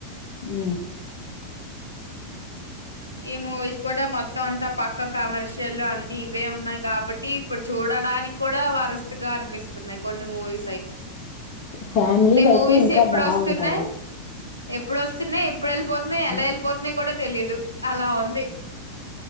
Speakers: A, on the left; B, on the right.
A: ఉ
B: ఈ మూవీస్ కూడా మొత్తం అంతా పక్క కమర్షియల్ అన్ని ఇవే ఉన్నాయి కాబట్టి ఇప్పుడు చూడడానికి కూడా వరస్ట్ గా అనిపిస్తున్నాయి కొన్ని మూవీ
A: ఫ్యామిలీ అయితే
B: మూవీస్
A: ఇంకా
B: ఎప్పుడు
A: బాగుంటది
B: వస్తున్నాయి ఎప్పుడు వస్తున్నాయి ఎప్పుడు వెళ్ళిపోతున్నాయి ఎలా
A: ఉ
B: వెళ్ళిపోతున్నాయి కూడా తెలీయదు అలా ఉంది